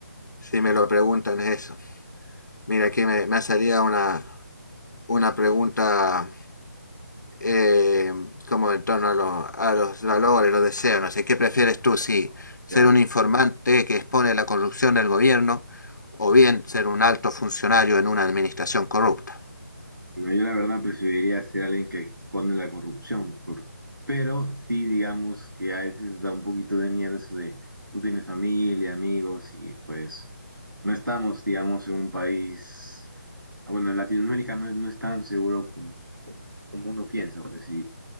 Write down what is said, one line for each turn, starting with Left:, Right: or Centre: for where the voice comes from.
Left: si me lo preguntan es eso. Mira, aquí me, me salía una, una pregunta eh, como en torno a, lo- a los valores, los deseos, no sé, ¿qué prefieres tú? Si ser
Right: ¿Ya?
Left: un informante que expone la corrupción del gobierno o bien ser un alto funcionario en una administración corrupta.
Right: No, yo la verdad preferiría ser alguien que expone la corrupción, por- pero sí digamos que a veces da un poquito de miedo eso de tú tienes familia, amigos y pues no estamos, digamos, en un país, ah, bueno, en Latinoamérica no, es- no es tan seguro como, como uno piensa, pues sí,